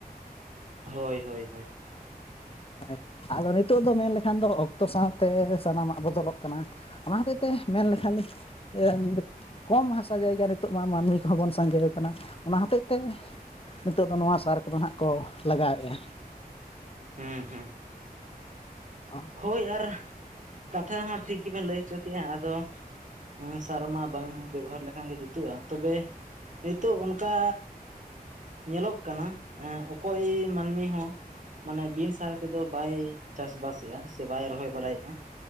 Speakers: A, on the right (about 50°); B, on the left (about 35°).
A: ᱦᱳᱭ ᱦᱳᱭ ᱦᱳᱭ᱾
B: ᱦᱳᱭ ᱟᱫᱚ ᱱᱤᱛᱚᱜ ᱫᱚ ᱢᱮᱱ ᱞᱮᱠᱷᱟᱱ ᱫᱚ ᱚᱠᱛᱚ ᱥᱟᱶᱛᱮ ᱥᱟᱱᱟᱢᱟᱜ ᱵᱚᱫᱚᱞᱚᱜ ᱠᱟᱱᱟ᱾ ᱚᱱᱟ ᱦᱚᱛᱮᱜ ᱛᱮ ᱢᱮᱱ ᱞᱮᱠᱷᱟᱱ ᱞᱤᱧ ᱮᱸᱫ ᱠᱚᱢ ᱦᱟᱥᱟ ᱡᱟᱭᱜᱟ ᱱᱤᱛᱚᱜ ᱢᱟ ᱢᱟᱹᱱᱢᱤ ᱠᱚᱦᱚᱸ ᱵᱚᱱ ᱥᱟᱸᱜᱮ ᱟᱠᱟᱱᱟ᱾ ᱚᱱᱟ ᱦᱚᱛᱮᱜ ᱛᱮ ᱱᱤᱛᱚᱜ ᱫᱚ ᱱᱚᱣᱟ ᱥᱟᱨ ᱠᱚᱫᱚ ᱱᱟᱦᱟᱜ ᱠᱚ ᱞᱟᱜᱟᱣᱮᱜᱼᱟ᱾
A: ᱦᱩᱸ ᱦᱩᱸ᱾
B: ᱟ
A: ᱦᱳᱭ ᱟᱨ ᱠᱟᱛᱷᱟ ᱦᱚᱸ ᱴᱷᱤᱠ ᱜᱮᱵᱮᱱ ᱞᱟᱹᱭ ᱦᱚᱪᱚ ᱠᱮᱜᱼᱟ᱾ ᱟᱫᱚ ᱦᱮᱸ ᱥᱟᱨ ᱢᱟ ᱵᱟᱝ ᱵᱮᱵᱚᱦᱟᱨ ᱞᱮᱠᱷᱟᱱ ᱜᱮ ᱡᱩᱛᱩᱜᱼᱟ᱾ ᱛᱚᱵᱮ ᱱᱤᱛᱚᱜ ᱚᱱᱠᱟ ᱧᱮᱞᱚᱜ ᱠᱟᱱᱟ ᱮ ᱚᱠᱚᱭ ᱢᱟᱹᱱᱢᱤ ᱦᱚᱸ ᱢᱟᱱᱮ ᱵᱤᱱ ᱥᱟᱨ ᱛᱮᱫᱚ ᱵᱟᱭ ᱪᱟᱥ ᱵᱟᱥ ᱮᱜᱼᱟ᱾ ᱥᱮ ᱵᱟᱭ ᱨᱚᱦᱚᱭ ᱵᱟᱲᱟᱭᱮᱜᱼᱟ᱾